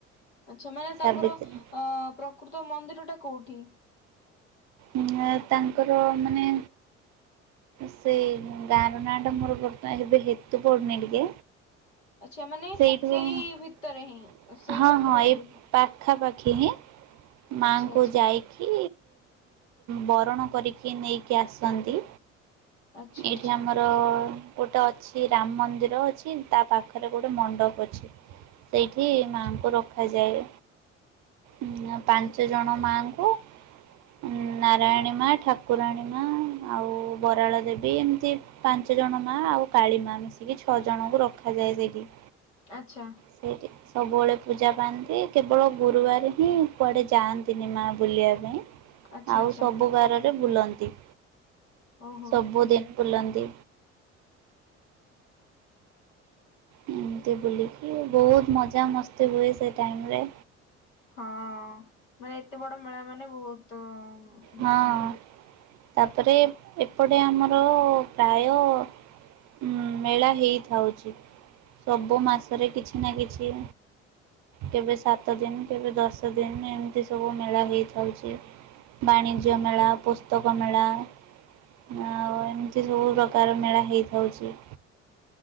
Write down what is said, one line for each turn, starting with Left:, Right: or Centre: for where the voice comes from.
Left: ଆଛା ମାନେ ତାଙ୍କର
Right: ସାବିତ୍ରୀ
Left: ଅ ପ୍ରକୃତ ମନ୍ଦିର ଟା କୋଉଠି?
Right: ଉଁ ତାଙ୍କର ମାନେ ସେଇ ଗାଁର ନାଁ ଟା ମୋର ବର୍ତ ଏବେ ହେତୁ ପଡୁନି ଟିକେ।
Left: ଆଚ୍ଛା ମାନେ
Right: ସେଇଠି
Left: ସେଇ
Right: ପାଇଁ
Left: ଭିତରେ ହିଁ ସେଇ
Right: ହଁ
Left: ପାଖାପାଖିରେ
Right: ହଁ ଏଇ
Left: ହିଁ
Right: ପାଖାପାଖି ହିଁ। ମାଙ୍କୁ
Left: ଆଚ୍ଛା ଆଚ୍ଛା।
Right: ଯାଇକି ବରଣ କରିକି ନେଇକି ଆସନ୍ତି।
Left: ଆଚ୍ଛା
Right: ଏଇଠି
Left: ଆଚ୍ଛା
Right: ଆମର ଗୋଟେ ଅଛି ରାମ ମନ୍ଦିର ଅଛି ତା ପାଖରେ ଗୋଟେ ମଣ୍ଡପ ଅଛି। ସେଇଠି
Left: ଆଚ୍ଛା
Right: ମାଙ୍କୁ ରଖାଯାଏ। ଉଁ ପାଞ୍ଚ ଜଣ ମାଙ୍କୁ। ଉଁ ନାରାୟଣୀ ମା ଠାକୁରାଣୀ ମା ଆଉ ବରାଳ ଦେବୀ ବି ଏମିତି ପାଞ୍ଚ ଜଣ ମା ଆଉ କାଳି ମା ମିଶିକି ଛଅ ଜଣଙ୍କୁ ରଖାଯାଏ ସେଇଠି।
Left: ଆଚ୍ଛା।
Right: ସେଇଠି ସବୁବେଳେ ପୂଜା ପାଆନ୍ତି। କେବଳ ଗୁରୁବାର ହିଁ କୁଆଡ଼େ ଯାଆନ୍ତିନି ମା ବୁଲିବା ପାଇଁ।
Left: ଆଚ୍ଛା
Right: ଆଉ
Left: ଆଚ୍ଛା
Right: ସବୁ ଗାରରେ ବୁଲନ୍ତି।
Left: ଓହୋ।
Right: ସବୁଦିନ ବୁଲନ୍ତି। ଏମିତି ବୁଲିକି ବହୁତ ମଜାମସ୍ତି ହୁଏ ସେ ଟାଇମରେ।
Left: ହଁ ମାନେ ଏତେ ବଡ ମେଳା ମାନେ ବହୁତ ହଉଥିବ
Right: ହଁ।
Left: ଇଏ।
Right: ତାପରେ ଏପଟେ ଆମର ପ୍ରାୟ ଉଁ ମେଳା ହେଇଥାଉଚି ସବୁ ମାସରେ କିଛି ନା କିଛି। କେବେ ସାତ ଦିନ କେବେ ଦଶ ଦିନ ଏମିତି ସବୁ ମେଳା ହେଇଥାଉଚି। ବାଣିଜ୍ୟ ମେଳା, ପୁସ୍ତକ ମେଳା। ଆଉ ଏମିତି ସବୁ ପ୍ରକାର ମେଳା ହେଇଥାଉଚି।